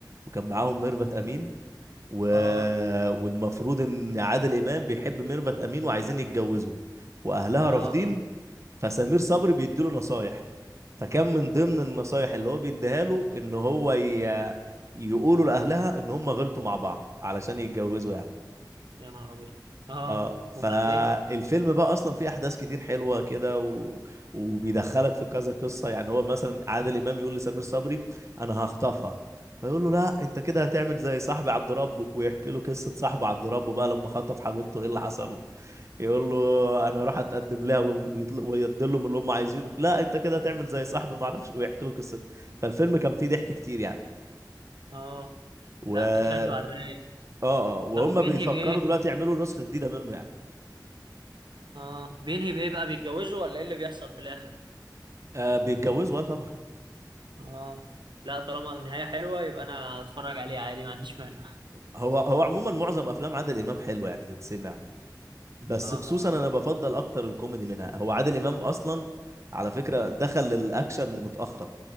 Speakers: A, on the right; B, on the right.
A: وكان معاهم ميرفت أمين و...
B: اه
A: والمفروض إن عادل إمام بيحب ميرفت أمين وعايزين يتجوزوا وأهلها
B: اه
A: رافضين فسمير صبري بيديله نصايح فكان من ضمن النصايح اللي هو بيديها له ان هو ي... يقولوا لاهلها ان هم غلطوا مع بعض علشان يتجوزوا يعني
B: يا نهار ابيض اه
A: اه فالفيلم
B: وبعدين
A: بقى اصلا فيه احداث كتير حلوه كده و... وبيدخلك في كذا قصه يعني هو مثلا عادل امام يقول لسمير صبري انا هخطفها فيقول له لا انت كده هتعمل زي صاحبي عبد ربه ويحكي له قصه صاحبه عبد ربه بقى لما خطف حبيبته ايه اللي حصل له يقول له انا راح اتقدم لها ويدي لهم اللي هم عايزينه لا انت كده هتعمل زي صاحبي ما اعرفش ويحكي له قصته فالفيلم كان فيه ضحك كتير يعني
B: اه
A: و
B: لا
A: اه
B: شكله على الرايق
A: اه وهم
B: طب وبينهي
A: بيفكروا
B: بايه
A: دلوقتي يعملوا نسخه جديده منه يعني
B: اه بينهي بايه بقى بيتجوزوا ولا ايه اللي بيحصل في الاخر
A: آه بيتجوزوا اه طبعا
B: اه لا طالما النهاية حلوة يبقى انا اتفرج عليه عادي ما عنديش مانع
A: هو هو عموما معظم افلام عادل امام حلوه يعني تتسمع بس
B: اه
A: خصوصا انا بفضل اكتر الكوميدي منها هو عادل امام اصلا على فكره دخل للاكشن متاخر